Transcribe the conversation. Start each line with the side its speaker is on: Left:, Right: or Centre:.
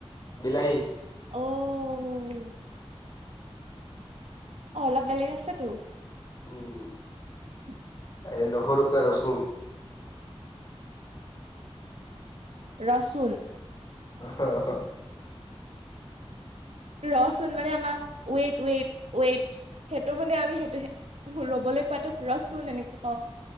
Left: বিলাহী।
Right: অহ অ, অলপ বেলেগ আছেতো।
Left: উম
Right: <unintelligible>
Left: এই নহৰুক কয় ৰচুন,
Right: ৰচুন
Left: হ হ
Right: ৰচুন মানে আমাক ওৱেট ৱেট ৱেট, সেইটো মানে আমি, সেইটো ৰ'বলৈ হে ৰৈ থকাটোক ৰহচোন এনেকে কওঁ।